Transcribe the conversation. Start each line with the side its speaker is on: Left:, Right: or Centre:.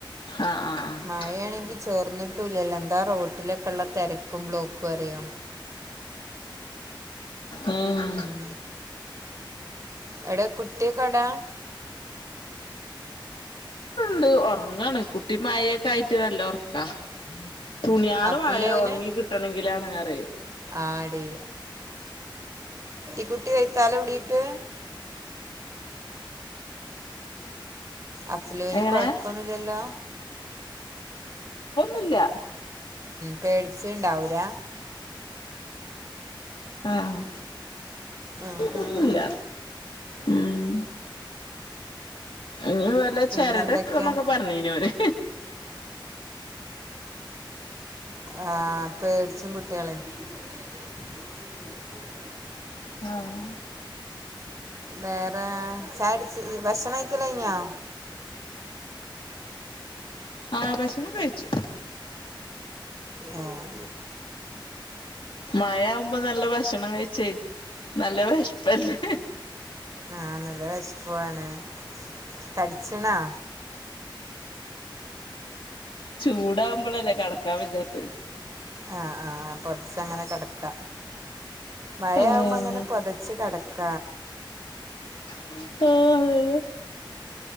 Left: ആ ആ ആ
Right: മഴയാണെങ്കിൽ ചോർന്നിട്ടുമില്ലല്ലോ എന്താ റോട്ടിലൊക്കുള്ള തെരക്കും ബ്ലോക്കും അറിയുവോ
Left: ആഹ് ഏഹ്
Right: ഉം എവിടെ കുട്ടിയൊക്കെ എവിടാ
Left: ണ്ട് ഒറങ്ങാണ് കുട്ടി മഴയൊക്കെ ആയിട്ട് നല്ല ഒറക്കാ തുണിയാള്
Right: അഫ്ലൂന്
Left: മളെ ഒണങ്ങി കിട്ടണങ്കിലാണ് പറയ
Right: ആടി കുട്ടി <unintelligible> അപ്പുലുവിന്
Left: എങ്ങനെ
Right: കൊഴപ്പൊന്നുംമി ല്ലല്ലോ
Left: പ്പൊന്നുമില്ല
Right: പേടിച്ചുണ്ടാവൂലേ
Left: ആഹ്
Right: ഉം,
Left: കൊഴപ്പമൊന്നും
Right: ഉം.
Left: ഇല്ല ഉം ഉം ഇനി വല്ല
Right: പിന്നെന്തൊക്കെയാ
Left: ചരടുകെട്ടുവെന്നൊക്കെ പറഞ്ഞേന്ന് അവന്
Right: ആ, പേടിച്ചും കുട്ടികളെ <inaudible>
Left: ആഹ്
Right: വേറെ ചായാ കുടിച് ഭക്ഷണംകഴി യ്കല് കഴിഞ്ഞോ
Left: ആ ഭക്ഷണം കഴിച്ചു
Right: ഏഹ്
Left: മഴ ആവുമ്പോ നല്ല ഭക്ഷണം കഴിച്ചേ നല്ല വെശപ്പല്ലേ
Right: ആഹ നല്ല വിശപ്പുമാണ് തടിച്ചണോ
Left: ചൂടാകുമ്പോളല്ലേ കടക്കാൻ പറ്റാത്തെ
Right: ആഹ് ആ പൊതച്ച് അങ്ങനെ കെടക്ക മഴ
Left: ആഹ്
Right: ആവുമ്പോ അങ്ങനെ പൊതച്ചു കെട ക്ക
Left: ആഹ് അതന്നെ